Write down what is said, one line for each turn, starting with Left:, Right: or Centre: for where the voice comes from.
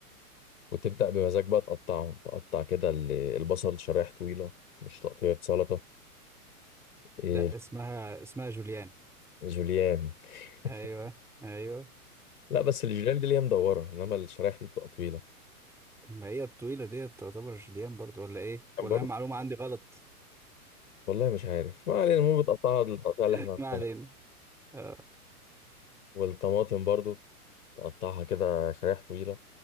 Left: وتبدا بمزاج بقى تقطعهم تقطع كده ال- البصل شرايح طويله مش تقطيعه سلطه إيه،
Centre: لا اسمها اسمها جوليان
Left: جوليان <laughs>
Centre: ايوه ايوه
Left: لا بس الجوليان دي اللي هي مدوره انما الشرايح دي بتبقى طويله
Centre: ما هي الطويله ديت تعتبر جوليان برضو ولا ايه
Left: كان
Centre: ولا
Left: برضه
Centre: انا معلومه عندي غلط
Left: والله مش عارف ما علينا المهم بتقطعها التقطيع
Centre: <laughs>
Left: اللي احنا عارفينها
Centre: ما علينا آه.
Left: والطماطم برضو تقطعها كده شرايح طويلة